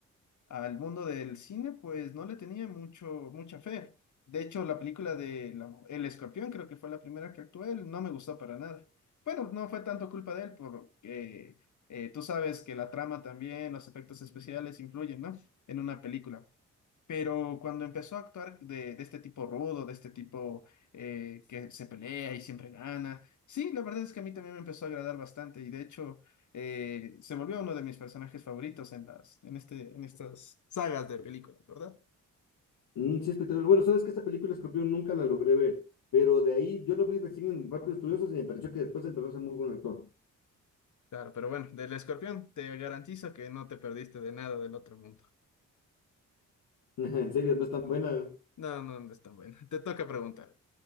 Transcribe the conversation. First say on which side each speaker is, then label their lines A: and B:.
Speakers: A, on the left (about 60°); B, on the left (about 80°).
A: al mundo del cine, pues no le tenía mucho, mucha fe. De hecho, la película de la- El Escorpión creo que fue la primera que actué, él no me gustó para nada. Bueno, no fue tanto culpa de él porque eh, tú sabes que la trama también, los efectos especiales influyen, ¿no? En una película. Pero cuando empezó a actuar de, de este tipo rudo, de este tipo eh, que se pelea y siempre gana, sí, la verdad es que a mí también me empezó a agradar bastante y de hecho eh, se volvió uno de mis personajes favoritos en las, en este, en estas sagas de películas, ¿verdad?
B: Mm, sí, espectacular. Bueno, sabes que esta película Escorpión nunca la logré ver, pero de ahí yo lo vi recién en Rápidos y Furiosos y me pareció que después empezó a ser muy buen actor.
A: Claro, pero bueno, del escorpión te garantizo que no te perdiste de nada del otro mundo.
B: <laughs> En serio, no es tan buena.
A: No, no, no es tan bueno. <laughs> Te toca preguntar.